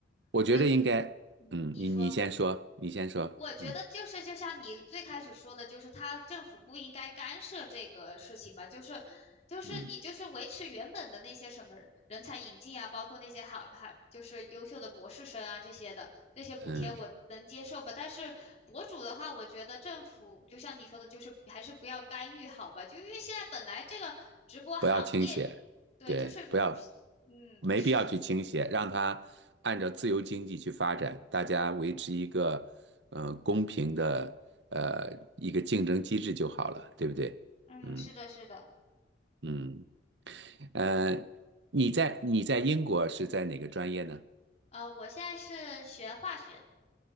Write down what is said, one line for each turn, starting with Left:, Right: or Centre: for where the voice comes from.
Right: 我觉着应该，
Left: 我觉嗯你说。
Right: 嗯，你你先说，你先说，
Left: 我觉得就是就像你最开始说的，
Right: 嗯
Left: 就是他政府不应该干涉这个事情吧，就是就是你就是维持原本的那些什么人才引进啊，
Right: 嗯
Left: 包括那些好还就是优秀的博士生啊这些的这些补贴我能接受吧，
Right: 嗯。
Left: 但是博主的话，我觉得政府就像你说的，就是还是不要干预好吧，就因为现在本来这个直播行业，
Right: 不要倾斜，
Left: 对，
Right: 对，
Left: 就是
Right: 不要，
Left: 嗯是的，
Right: 没必要去倾斜，让它按照自由经济去发展，大家维持一个嗯、呃公平的呃一个竞争机制就好了，对不对？
Left: 嗯是的是的，
Right: 嗯嗯，呃，你在你在英国是在哪个专业呢？
Left: 呃我现在是学化学，